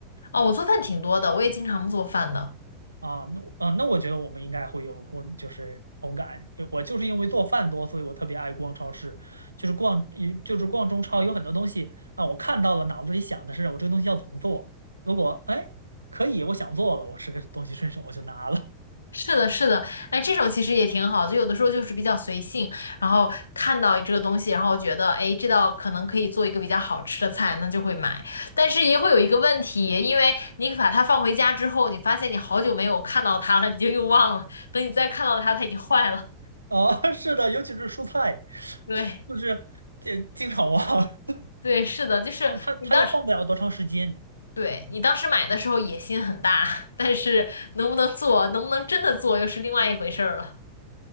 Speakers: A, on the left; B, on the right.
A: 哦，我做饭挺多的，我也经常做饭的。
B: 啊，那啊，那我觉得我们应该会有共，就是同感。因为我就是因为做饭多，所以我特别爱逛超市，就是逛，就是逛中超，有很多东西啊，我看到了，脑子里想的是我这个东西要怎么做。如果哎可以，我想做了，我是个东西顺手我就拿了。
A: 是的，是的，哎，这种其实也挺好，就有的时候就是比较随性，然后看到这个东西，然后觉得，哎，这道可能可以做一个比较好吃的菜，那就会买。但是也会有一个问题，因为你把它放回家之后，你发现你好久没有看到它了，你就又忘了。等你再看到它，它已经坏了。
B: 啊，<laughs> 是的，尤其是蔬菜，
A: 对，
B: 就是这经常忘，<laughs>
A: 对，是的，就是你当时，
B: 那它它又放不了多长时间。
A: 对，你当时买的时候野心很大，但是能不能做，能不能真的做，又是另外一回事儿了。